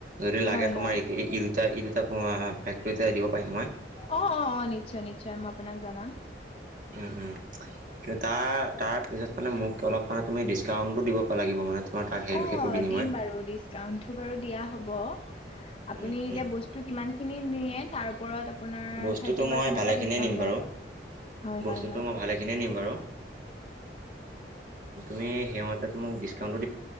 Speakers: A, on the right; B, on the left.
A: যদি লাগে
B: হয় হয়
A: তোমাৰ এ একেৰি তেতিয়া ই দুটা কও আহা, ফেক্টৰীত তেতিয়া দিব পাৰিম মই।
B: অ অ অ নিশ্চয় নিশ্চয় মই আপোনাক জনাম
A: উম উম কিন্তু তাৰ তাৰপিছত মানে মোক অলপ মানে তুমি ডিছকাউণ্টো দিব লাগিব মানে তোমাৰ তাত সেই
B: অ
A: সেইটো বিনিময়ত
B: দিম বাৰু ডিচকাউন্টটো বাৰু দিয়া হ'ব। আপুনি
A: উম
B: এতিয়া
A: উম
B: বস্তু কিমান খিনি নিয়ে তাৰ ওপৰত আপোনাৰ
A: বস্তুটো
B: থাৰ্টি
A: মই
B: পৰ্চন্তেএটা
A: ভালেখিনিয়ে
B: ডিছকাউণ্ট
A: নিম
B: দিয়া
A: বাৰু
B: হব। হয়
A: বস্তুটো
B: হয় হয়
A: মই ভালেখিনিয়ে নিম বাৰু তুমি সেই মতে মোক ডিচকাউন্টটো